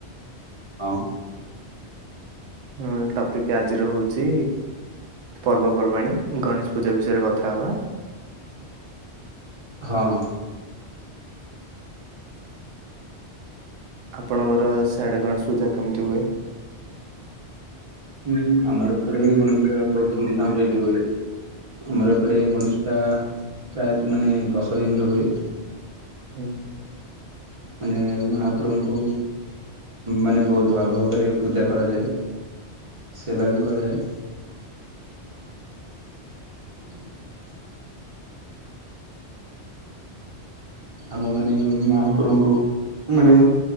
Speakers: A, on the right; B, on the right.
A: ହଁ।
B: ହଁ ଟପିକ୍ ଆଜିର ହଉଛି ପର୍ବପର୍ବାଣି ଗଣେଶ ପୂଜା ବିଷୟରେ କଥା ହବା।
A: ହଁ।
B: ଆପଣଙ୍କର ସିଆଡ଼େ ଗଣେଶ ପୂଜା କେମିତି ହୁଏ?
A: ହୁଁ ଆମର ଏପଟେ ଗଣେଶ ପୂଜା ବହୁତ ଧୁମ୍ ଧାମରେ ବି ହୁଏ। ଆମର ଏପଟେ ଗଣେଶ ପୂଜା ପ୍ରାୟ ମାନେ ଦଶ ଦିନର ହୁଏ।
B: ହୁଁ।
A: ମାନେ ମହାପ୍ରବୁଙ୍କୁ ମାନେ ବହୁତ ଭଲ ଭାବରେ ପୂଜା କରାଯାଏ ସେବା ବି କରାଯାଏ। <inaudible> ଆମ ମାନେ ମହାପୁରୁଙ୍କୁ ମାନେ